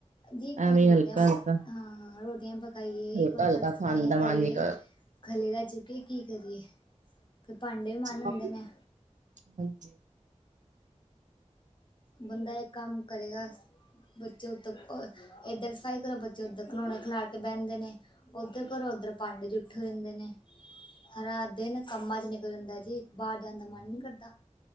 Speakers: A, on the left; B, on the right.
A: ਜੀ ਇੱਕ ਪਾਸੇ
B: ਐਵੇਂ
A: ਰੋਟੀਆਂ,
B: ਹਲਕਾ
A: ਪਕ
B: ਹਲਕਾ
A: ਹਾਂ ਰੋਟੀਆਂ ਪ ਕਾਈਏ,
B: ਹਲਕਾ
A: ਇੱਕ ਵਾਰ
B: ਹਲਕਾ
A: ਤਰਫ ਸਫ਼ਾਈਆਂ
B: ਖਾਣ ਦਾ
A: ਕਰੀਏ‌।
B: ਮਨ ਨੀ ਕਰ
A: ਖਲੇ ਦਾ ਚੁੱਕਿਆ ਕੀ ਕਰੀਏ, ਫਿਰ ਭਾਂਡੇ ਵੀ ਮਨ ਹੁੰਦੇ
B: ਹਾਂਜੀ
A: ਨੇ।
B: ਹਾਂਜੀ।
A: ਬੰਦਾ ਇੱਕ ਕੰਮ ਕਰੇਗਾ, ਬੱਚੇ ਉਤੋ ਇੱਧਰ ਸਫ਼ਾਈ ਕਰੋ, ਬੱਚੇ ਉੱਧਰ ਖਲੋਣੇ ਖਿਲਾਰ ਕੇ ਬਹਿੰਦੇ ਨੇ। ਉਧਰ ਕਰੋ, ਉਧਰ ਭਾਂਡੇ ਜੁੱਠੇ ਹੋ ਜਾਂਦੇ ਨੇ। ਹਰਾ ਦਿਨ ਕੰਮਾਂ'ਚ ਨਿਕਲ ਜਾਂਦਾ ਜੀ, ਬਾਹਰ ਜਾਣ ਦਾ ਮਨ ਨੀ ਕਰਦਾ।